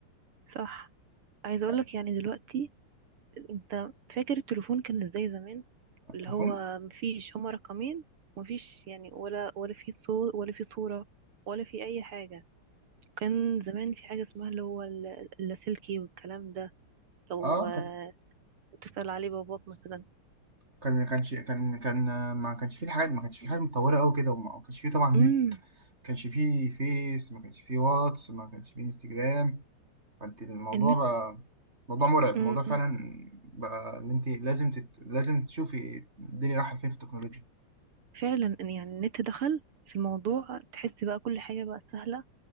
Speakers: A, on the right; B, on the right.
A: صح عايزه اقول
B: يعني
A: لك يعني دلوقتي انت فاكر التليفون كان ازاي زمان
B: التليفون
A: اللي هو مفيش هما رقمين مفيش يعني ولا ولا في صوت ولا في صورة ولا في اي حاجة كان زمان في حاجة اسمها اللي هو ال- اللاسلكي والكلام ده لو
B: اه
A: آه،
B: كان
A: تسأل عليه باباك مثلا
B: كان ما كانش كان كان ما كانش فيه الحاجات ما كانش فيه حاجة متطورة قوي كده وما كانش فيه طبعا
A: امم
B: نت ما كانش فيه فيس ما كانش فيه واتس ما كانش فيه انستجرام فانت الموضوع
A: النت
B: بقى موضوع مرعب
A: امم
B: موضوع فعلا بقى ان انت لازم تت... لازم تشوفي الدنيا رايحة فين في التكنولوجيا
A: فعلا إن يعني النت دخل في الموضوع تحس بقى كل حاجة بقت سهلة